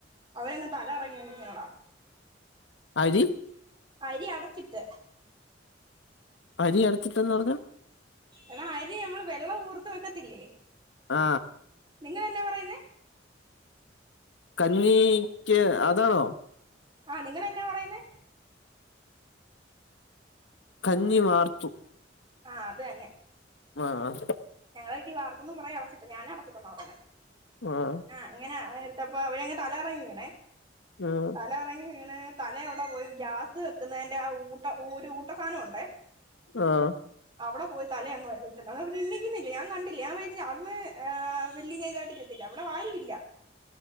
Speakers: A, on the right (about 25°); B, on the left (about 80°).
A: അവരങ്ങ് തലകറങ്ങി അങ്ങ് വീണടാ
B: ആരി
A: അരി അടച്ചിട്ട്
B: അരി എടുത്തിട്ടെന്ന് പറഞ്ഞ
A: എടാ അരി നമ്മള് വെള്ളം ഊർത്ത് വെക്ക ത്തിലെ
B: ആ
A: നിങ്ങളെന്ന പറയുന്നെ
B: കഞ്ഞി ക്ക് അതാണോ
A: ആ നിങ്ങെന്നാ പറയുന്നേ
B: കഞ്ഞി വാർത്തു
A: ആഹ അത് തന്നെ
B: ആഹ
A: ഞങ്ങള വട്ട വാർത്താണ് പറയാ അടച്ചിട്ട ഞാനൻടച്ചിട്ടന്ന പറഞ്ഞു
B: ആഹ്
A: ആഹ ഇങ്ങനെ എടുത്തപ്പ അവ അന തല കറങ്ങി വീണേ
B: ആഹ്
A: തല ഇറങ്ങി വീണ തല അവിടെ പോയി ഗ്യാസ് വെക്കുന്ന ആ ഊട്ട ഊട്ടസാനംുണ്ടേ
B: ആഹ്
A: അവിടെ പോയി താലെ അങ്ങ എ ഇന്നക്ക് ഞാൻ കണ്ടില്ല ഞാൻ വിചാരിച്ചു അവ ഏഹ വലിയ ഇതായിട്ട് എടുത്തില്ല ഇവിടെ ആരും ഇല്ല